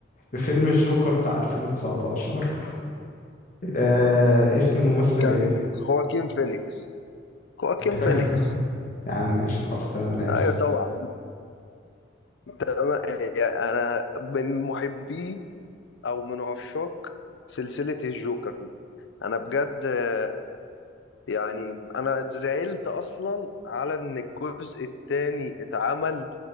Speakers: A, on the left; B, on the left.
A: فيلم الجوكر بتاع 2019 آه... اسم الممثل
B: كان
A: ايه
B: خواكين فينيكس خواكين
A: انت فاكر
B: فينيكس
A: يا عم ماشي خلاص تمام انا
B: ايوه
A: اسف
B: طبعا أما يعني أنا من محبي أو من عشاق سلسلة الجوكر دي أنا بجد آه، يعني أنا زعلت أصلا على إن الجزء التاني اتعمل